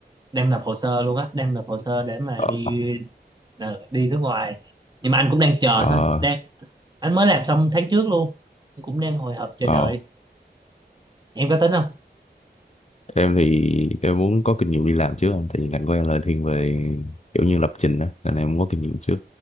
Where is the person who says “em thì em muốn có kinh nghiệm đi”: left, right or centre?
Left